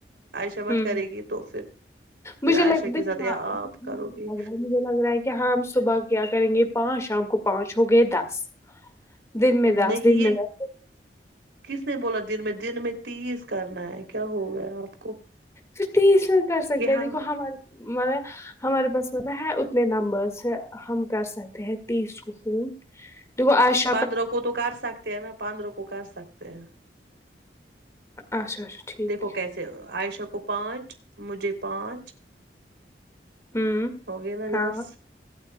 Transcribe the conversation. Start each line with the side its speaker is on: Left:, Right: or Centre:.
Right: عائشہ مت
Left: ہوں
Right: کرے گی تو پھر پھر
Left: مجھے
Right: عائشہ
Left: لگ
Right: کے
Left: دیکھو
Right: ساتھ
Left: ہاں
Right: آپ
Left: لگ
Right: کرو گی
Left: رہا ہے مجھے لگ رہا ہے کہ ہم صبح کیا کریں گے پانچ شام کو پانچ ہو گئے دس دن میں دس
Right: نہیں
Left: دن
Right: یہ
Left: میں دس
Right: کس نے بولا دن میں دن میں تیز کرنا ہے کیا ہو گیا آپ کو
Left: پھر تی اس میں کر سکتے
Right: یہاں
Left: ہیں دیکھو ہمار ملب ہمارے پاس م ہے اتنے نمبرس سے ہم کر سکتے ہیں تیس کو فون تو وہ آش <unintelligible>
Right: پندروں کو تو کر سکتے ہیں نا پندروں کو کر سکتے ہیں
Left: اچھا اچھا ٹھیک
Right: دیکھو کیسے عائشہ کو پانچ مجھے پانچ
Left: ہوں
Right: ہوگیا نا
Left: ہاں
Right: دس